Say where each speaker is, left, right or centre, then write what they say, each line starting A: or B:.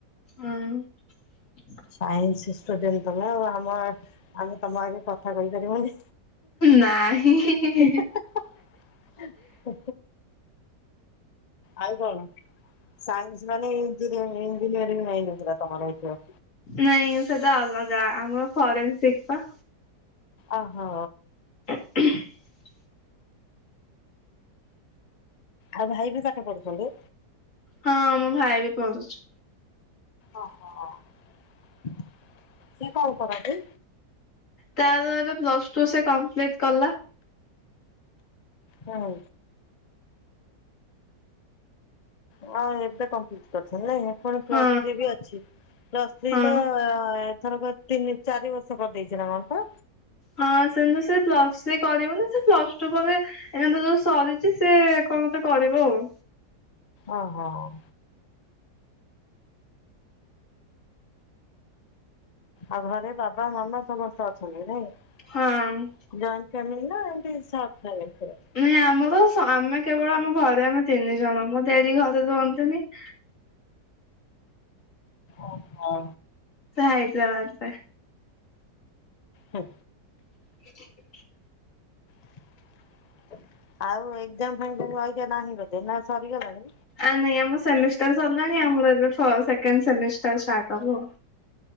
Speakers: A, on the left; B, on the left.
A: ହୁଁ। <inaudible>
B: ସାଇନ୍ସ ଷ୍ଟୁଡେଣ୍ଟ ତମେ ଆଉ ଆମ ଆମେ ତମ ଆଗେ କଥା କହିପାରିବୁନି।
A: ନାହିଁ।
B: <inaudible> ଆଉ କଣ ସାଇନ୍ସ ମାନେଇ ଇଞ୍ଜିନିୟରିଂ <unintelligible> ପୁରା ତମର ହେଇଥିବ।
A: ନାଇଁ ସେଟା ଅଲଗା ଆମର ଫରେନସିକ୍ ପା।
B: ଓ ହୋ।
A: <inaudible>
B: ଆଉ ଭାଇ ବି ପାଠ ପଢୁଛନ୍ତି?
A: ହଁ ମୋ ଭାଇ ବି ପଢୁଛି।
B: ଓ ହୋ <inaudible> ସେ କଣ କରନ୍ତି।
A: ତା ଏବେ ପ୍ଲସ ଟୁ ସେ କମ୍ପ୍ଲିଟି କଲା।
B: ହୁଁ। ହଁ ଏବେ କମ୍ପ୍ଲିଟ୍ କରିଛି ନାଇଁ। ଫୁଣି
A: ହଁ
B: ପ୍ଲସ୍ ଥ୍ରୀ ବି ଅଛି ପ୍ଲସ୍ ଥ୍ରୀ
A: ହଁ।
B: ତ ଏଥରକ ତିନି ଚାରି ବର୍ଷ କରିଦେଇଛି ନା କଣ ପା।
A: ହଁ ସେମିତି ସେ ପ୍ଲସ ଥ୍ରୀ କରିବ ନା ସେ ପ୍ଲସ ଟୁ ପରେ ଏନା ଯୋଉ ସରିଛି ସେ। ହୋଉ ମତେ କରିବ ଆଉ।
B: ଓ ହୋଉ। ଆଉ ଘରେ ବାବା ମାମା ସମସ୍ତେ ଅ ଛନ୍ତି ନାଇଁ
A: ହଁ।
B: ଜଏଣ୍ଟ ଫ୍ୟାମିଲି ନା ଏମତି ସଟ ଫ୍ୟାମିଲି? ପୁରା?
A: ନାଇଁ ଆମର ଆମେ କେବଳ ଆମ ଘରେ ଆମେ ତିନି ଜଣ ମୋ ଜେଜୀ ଘରେ ରୁହଁନ୍ତି ନି। <inaudible>
B: ଓ ହ।
A: ହାଇଦ୍ରାବାଦ ରେ।
B: ହୁଁ।
A: <inaudible>
B: <inaudible> ଆଉ ଏଜାମ <unintelligible> ନାହିଁ। <unintelligible> ସରିଗଲାଣି
A: ଆ ନାଇ ଆମ ସମେ। ସାରିଲାଣି ଆମର ଏବେ ସେକେଣ୍ଡ ସେମିଷ୍ଟାର୍ ଷ୍ଟାର୍ଟ ହବ।